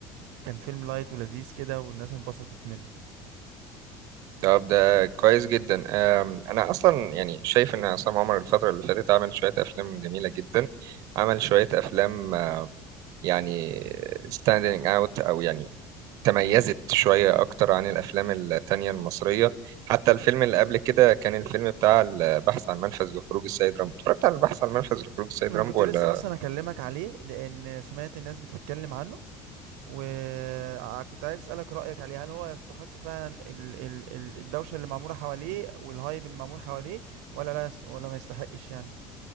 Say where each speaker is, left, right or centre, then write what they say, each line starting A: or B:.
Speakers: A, on the right (about 80°); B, on the right (about 55°).
A: كان فيلم لايت ولذيذ كده والناس انبسطت منه
B: طب ده كويس جدا أم، انا اصلا يعني شايف ان عصام عمر الفتره اللي فاتت عمل شويه افلام جميله جدا عمل شويه افلام يعني standing out او يعني تميزت شوية أكتر عن الأفلام التانية المصرية حتى الفيلم اللي قبل كده كان الفيلم بتاع البحث عن منفذ لخروج السيد رامبو اتفرجت على البحث عن منفذ لخروج السيد
A: انا
B: رامبو
A: كنت لسه
B: ولا
A: اصلا اكلمك عليه لان سمعت الناس بتتكلم عنه وكنت عايز أسألك رأيك عليه هل هو يستحق فعلا ال... ال... ال- الدوشة اللي معمولة حواليه والهايب اللي معمول حواليه ولا لا يس... ولا ما يستحقش يعني